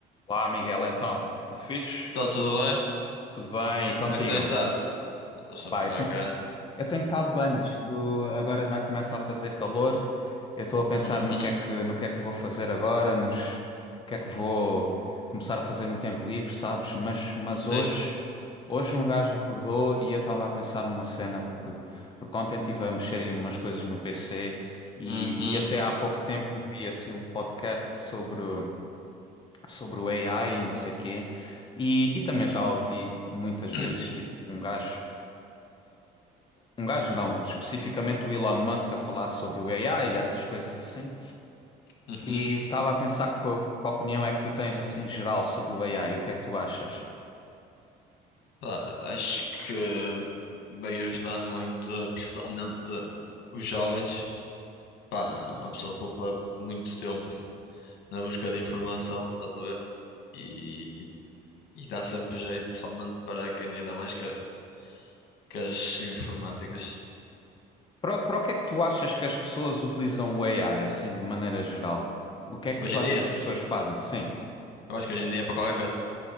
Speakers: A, on the left; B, on the left.
A: Olá, Miguel, então, tudo fixe?
B: Então, tudo bem?
A: Tudo bem? E contigo?
B: Como é que tens estado? Eu estou sempre
A: Pá, eu
B: bacana.
A: tenho, eu tenho estado bem. Isto agora já começa a fazer calor. Eu estou a pensar
B: Uhum,
A: no que é que, no que é que vou fazer agora, nos, o que é que vou começar a fazer no tempo livre, sabes? Mas, mas hoje,
B: sim.
A: hoje um gajo acordou e eu estava a pensar numa cena, porque, porque ontem estive a mexer em umas coisas no PC e,
B: Uhum,
A: e até há pouco tempo vi assim um podcast sobre. sobre o AI e não sei quê. E, e também já ouvi muitas vezes,
B: <coughs> <clears throat>
A: tipo, um gajo, um gajo não, especificamente o Elon Musk a falar sobre o AI e essas coisas assim.
B: uhum.
A: E estava a pensar que, que opinião é que tu tens, assim, geral sobre o AI, o que é que tu achas?
B: Pá, acho que veio ajudar muito, principalmente os jovens. Pá, uma pessoa poupa muito tempo na busca de informação, estás a ver? E, e dá sempre jeito, principalmente para quem lida mais com, a- com as informáticas.
A: Para, o- para o que é que tu achas que as pessoas utilizam o AI, assim, de maneira geral? O que é que
B: Hoje
A: tu
B: em
A: achas
B: dia,
A: que as pessoas fazem? Sim,
B: eu acho que hoje em dia é para qualquer coisa.